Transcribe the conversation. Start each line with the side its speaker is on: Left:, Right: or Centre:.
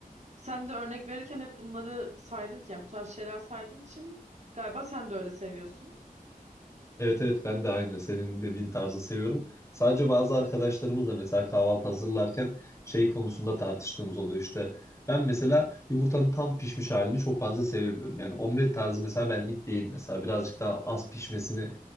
Right: Sen de örnek verirken hep bunları saydın ki, yani bu tarz şeyler saydığın için galiba sen de öyle seviyorsun.
Left: Evet evet ben de aynı senin dediğin tarzı seviyorum. Sadece bazı arkadaşlarımızla mesela kahvaltı hazırlarken şey konusunda tartıştığımız oluyor işte. Ben mesela yumurtanın tam pişmiş halini çok fazla sevemiyorum. Yani omlet tarzı mesela benlik değil mesela birazcık daha az pişmesini